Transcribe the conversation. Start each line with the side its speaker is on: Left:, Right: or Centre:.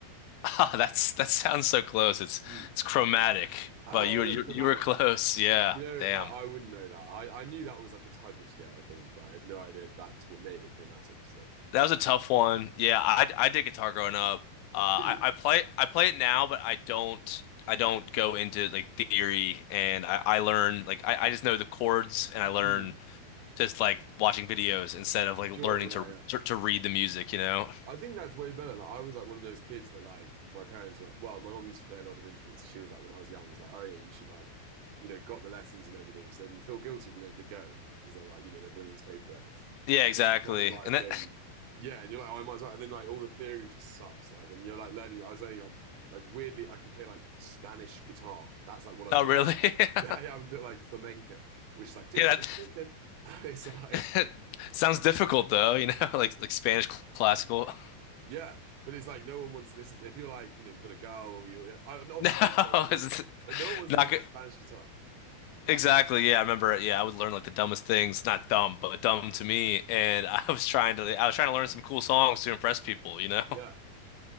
Left: Ah, that's that sounds so close. It's
Right: Hmm.
Left: it's chromatic,
Right: Oh,
Left: but you were you,
Right: chromatic.
Left: you were close. Yeah,
Right: You know,
Left: damn.
Right: I, I wouldn't know that. I, I knew that was like a type of scale, I think, but I had no idea that's what made it chromatic. So,
Left: That was a tough one. Yeah, I I did guitar growing up. Uh,
Right: did you?
Left: I I play I play it now, but I don't I don't go into like theory and I I learn like I I just know the chords and I learn
Right: Mm,
Left: just like watching videos instead of like
Right: sure,
Left: learning
Right: yeah,
Left: to
Right: yeah.
Left: to, to read the music, you know?
Right: I think that's way better. Like, I was like one of those kids that like my parents were. Well, my mom used to play a lot of instruments. She was like when I was young, was like, oh yeah, you should like, you know, got the lessons and everything. So then you feel guilty if you don't go because they were like, you know, they're willing to pay for it.
Left: Yeah, exactly.
Right: And you kind of like,
Left: And that
Right: um, yeah, and you're like, oh, I might as well. And then like all the theory just sucks. Like, and you're like learning. I was learning like like weirdly, I can play like Spanish guitar. That's like
Left: <laughs>
Right: what I'm
Left: oh
Right: good
Left: really? <laughs>
Right: Yeah, yeah, I'm good at like flamenco, which is like dun,
Left: Yeah,
Right: dun,
Left: that
Right: dun, dun, dun. <laughs> It's like
Left: <laughs> that sounds difficult though, you know, <laughs> like like Spanish classical. <laughs>
Right: yeah, but it's like no one wants to listen. To, if you're like you know you've got a girl, you yeah, I- and obviously
Left: No,
Right: there's no other girls,
Left: it's
Right: but no one wants
Left: not
Right: to listen
Left: good.
Right: to Spanish guitar.
Left: Exactly. Yeah, I remember. Yeah, I would learn like the dumbest things, not dumb, but dumb to me. And I was trying to, I was trying to learn some cool songs to impress people, you know?
Right: Yeah,